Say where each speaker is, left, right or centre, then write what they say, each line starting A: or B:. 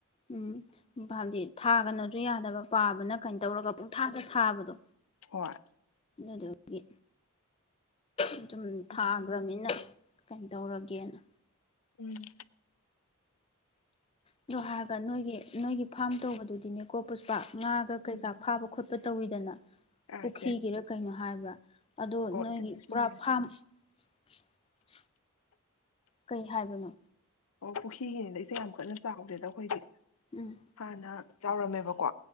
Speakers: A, on the left; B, on the left.
A: ꯎꯝ ꯕꯗꯤ ꯊꯥꯒꯅꯣꯁꯨ ꯌꯥꯗꯕ ꯄꯥꯕꯅ ꯀꯩꯅꯣ ꯇꯧꯔꯒ ꯄꯨꯡ ꯊꯥꯥꯗ ꯊꯥꯕꯗꯣ
B: ꯍꯣꯏ
A: ꯑꯗꯨꯒꯤ ꯑꯗꯨꯝ ꯊꯥꯒ꯭ꯔꯃꯤꯅ
B: ꯃꯥꯅꯦ
A: ꯀꯩꯅꯣ ꯇꯧꯔꯒꯦꯅ
B: ꯎꯝ
A: ꯑꯗꯨ ꯍꯥꯏꯥꯔꯒ ꯅꯣꯏꯒꯤ ꯅꯣꯏꯒꯤ ꯐꯥꯔꯝ ꯇꯧꯕꯗꯨꯗꯤꯅꯦꯀꯣ ꯄꯨꯁꯄꯥ ꯉꯥꯒ ꯀꯩꯀꯥ
B: ꯎꯝ
A: ꯐꯥꯕ ꯈꯣꯠꯄ ꯇꯧꯋꯤꯗꯅ
B: ꯑꯥ
A: ꯄꯨꯈꯤꯒꯤꯔ
B: ꯏꯆꯦ
A: ꯀꯩꯅꯣ ꯍꯥꯏꯕ ꯑꯗꯣ
B: ꯑꯣ
A: ꯅꯣꯏꯒꯤ
B: ꯏꯆꯦ ꯑꯩꯈꯣꯏ
A: ꯄꯨꯔꯥ ꯐꯥꯝ <unintelligible> ꯀꯩ ꯍꯥꯏꯕꯅꯣ
B: ꯑꯣ ꯄꯨꯈ꯭ꯔꯤꯒꯤ ꯌꯥꯝ ꯀꯟꯅ ꯆꯥꯎꯗꯦꯗ ꯑꯩꯈꯣꯏꯗꯤ
A: ꯎꯝ
B: ꯐꯅ ꯆꯥꯎꯔꯝꯃꯦꯕꯀꯣ